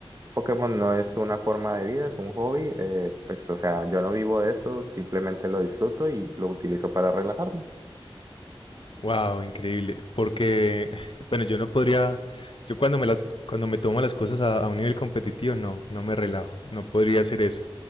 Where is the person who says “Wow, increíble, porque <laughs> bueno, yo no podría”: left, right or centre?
Left